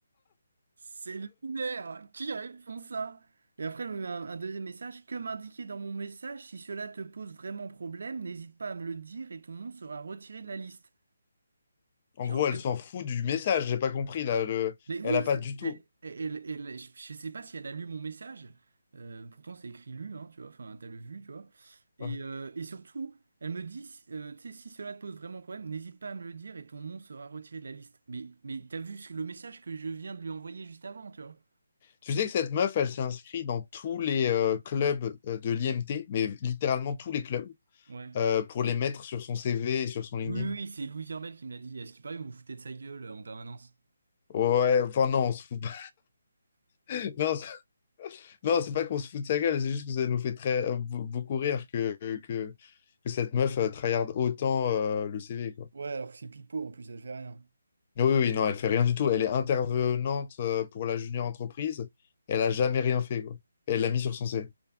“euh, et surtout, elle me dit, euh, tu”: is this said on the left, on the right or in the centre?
Right